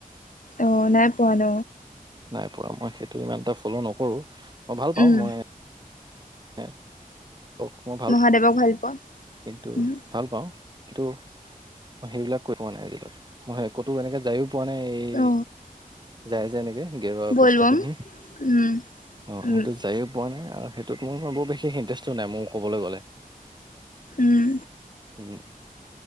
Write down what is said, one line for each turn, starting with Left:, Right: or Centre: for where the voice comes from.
Left: অ, নাই পোৱা ন।
Right: নাই পোৱা মই সেইটো ইমান এটা ফ্লো নকৰো মই ভাল পাওঁ
Left: উম
Right: মই। য়ে অ অ
Left: মহাদেৱক ভাল পোৱা।
Right: কিন্তু
Left: উম
Right: ভাল পাওঁ। কিন্তু মই সেইবিলাক কৈ পোৱা নাই আজিলৈকে, মই ক'তো এনেকে যায়ো পোৱা নাই এই
Left: অ
Right: যায় যে এনেকে গেৰুৱা
Left: বলবম
Right: বস্ত পিন্ধি,
Left: উম
Right: অ,
Left: উম
Right: সেইটো যায়ো পোৱা নাই আৰু সেইটোত মোৰ বৰ বেছি ইণ্টাৰেষ্টটো নাই, মোৰ ক'বলৈ গ'লে।
Left: উম
Right: উম'